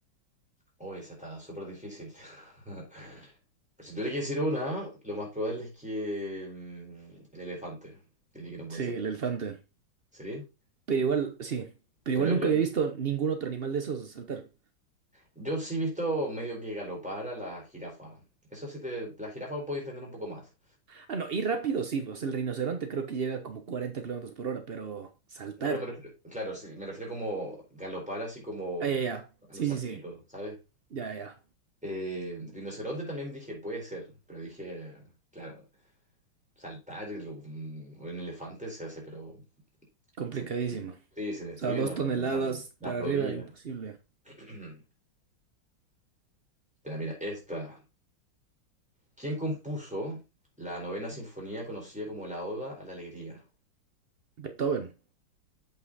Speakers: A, in the centre; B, on the right (about 65°).
A: Oh, esa está súper difícil. <laughs> Pero si tuviera que decir una, lo más probable es que mm, el elefante. Diría que no puede
B: Sí,
A: saltar.
B: el elefante.
A: ¿Sí?
B: Pero igual, sí.
A: Pues
B: Pero igual
A: yo,
B: nunca
A: yo,
B: había visto ningún otro animal de esos saltar.
A: yo sí he visto medio que galopar a la jirafa. Eso sí te... La jirafa lo puedo entender un poco más.
B: Ah, no, y rápido sí, o sea, el rinoceronte creo que llega como 40 kilómetros por hora, pero saltar.
A: No, pero me refiero- claro, sí, me refiero como galopar así como
B: Ah, ya, ya.
A: a
B: Sí,
A: los saltitos,
B: sí, sí.
A: ¿sabes?
B: Ya, ya.
A: Eh, rinoceronte también dije, puede ser, pero dije, claro, saltar el- un, un elefante se hace, pero
B: Complicadísimo.
A: se,
B: O
A: sí, se destruye
B: sea, dos
A: la,
B: toneladas
A: la- las
B: para
A: rodillas.
B: arriba, imposible.
A: <clears throat> Ya, mira, esta. ¿Quién compuso la novena sinfonía conocida como la Oda a la Alegría?
B: Beethoven.